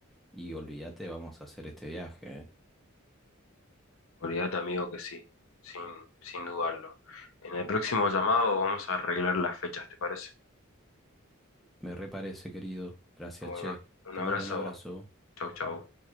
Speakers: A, in the centre; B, on the left.
A: y olvídate, vamos a hacer este viaje, ¿eh?
B: Olvídate, amigo, que sí, sin, sin dudarlo. En el próximo llamado vamos a arreglar las fechas, ¿te parece?
A: Me reparece, querido. Gracias,
B: Bueno,
A: che.
B: un
A: Te
B: abrazo.
A: mando un abrazo.
B: Chau, chau.